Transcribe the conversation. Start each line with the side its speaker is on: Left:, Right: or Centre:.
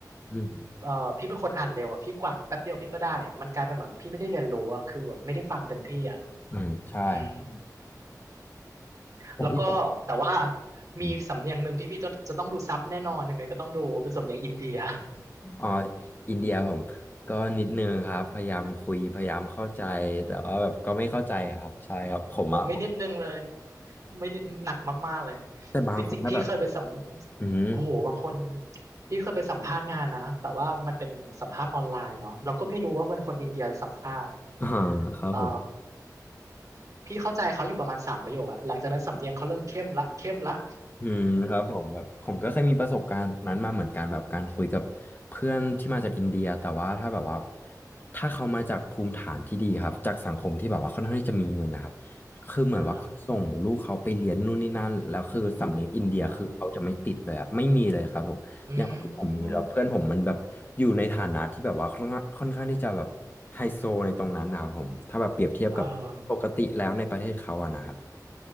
Left: อืม
Right: เออพี่เป็นคนอ่านเร็วอ่ะพี่กวาดแป๊บเดียวพี่ก็ได้มันกลายเป็นแบบพี่ไม่ได้เรียนรู้อ่ะคือแบบไม่ได้ฟังเต็มที่อ่ะ
Left: อืมใช่ครับ
Right: อืม
Left: ผมที่ผ
Right: แล้วก็แต่ว่า
Left: ม
Right: มีสำเนียงหนึ่งที่พี่จะจะต้องดูซับแน่นอนยังไงก็ต้องดูเป็นสำเนียงอินเดีย
Left: อ๋ออินเดียผมก็นิดนึงครับพยายามคุยพยายามเข้าใจแต่ว่าแบบก็ไม่เข้าใจครับใช่ครับผมอะ
Right: ผมไม่นิดนึงเลยไม่นิดหนักมากๆเลย
Left: แต่บางคนถ้าแบบ
Right: จริงๆพี่เคยไปสัม
Left: อืม
Right: โอ้โหบางคนพี่เคยไปสัมภาษณ์งานนะแต่ว่ามันเป็นสัมภาษณ์ออนไลน์เนาะเราก็ไม่รู้ว่าเป็นคนอินเดียสัมภาษณ์
Left: <laughs> อ่าครับผม
Right: เอ่อพี่เข้าใจเขาอยู่ประมาณสามประโยคอะหลังจากนั้นสำเนียงเขาเริ่มเข้มละเข้มละ
Left: อืมครับผมแบบผมก็เคยมีประสบการณ์นั้นมาเหมือนกันแบบการคุยกับเพื่อนที่มาจากอินเดียแต่ว่าถ้าแบบว่าถ้าเขามาจากภูมิฐานที่ดีครับจากสังคมที่แบบว่าค่อนข้างที่จะมีเงินนะครับคือเหมือนว่าเขาส่งลูกเขาไปเรียนนู่นนี่นั่นแล้วคือสำเนียงอินเดียคือเขาจะไม่ติดเลยอะไม่มีเลยครับผมอย่างผมมีแล้วเพื่อนผมมันแบบอยู่ในฐานะที่แบบว่าค่อนข้างค่อนข้างที่จะแบบไฮโซในตรงนั้นนะครับผมถ้าแบบเปรียบเทียบกับปกติแล้วในประเทศเขาอะนะครับ
Right: อ่าฮะอ่าอืมเออ